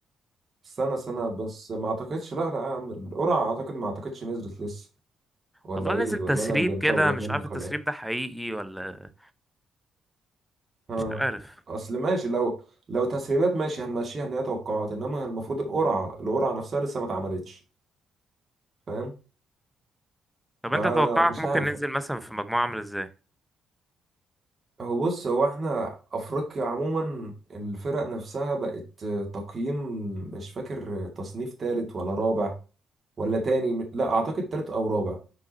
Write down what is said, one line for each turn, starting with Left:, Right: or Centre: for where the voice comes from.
Right: سنة سنة بس ما اعتقدش لا لا يا عم القرعة اعتقد ما اعتقدش نزلت لسه ولا
Centre: والله
Right: ايه
Centre: نزل
Right: ولا
Centre: تسريب
Right: انا اللي متوه
Centre: كده مش
Right: منك
Centre: عارف التسريب
Right: ولا ايه
Centre: ده حقيقي ولا
Right: ها
Centre: مش عارف
Right: اصل ماشي لو لو تسريبات ماشي هنمشيها ان هي توقعات انما المفروض القرعة القرعة نفسها لسه ما اتعملتش فاهم
Centre: طب
Right: فمش
Centre: انت توقعك ممكن
Right: عارف
Centre: ننزل مثلا في مجموعة عاملة ازاي
Right: هو بص هو احنا افريقيا عموما الفرق نفسها بقت تقييم مش فاكر تصنيف تالت ولا رابع ولا تاني لا اعتقد تالت او رابع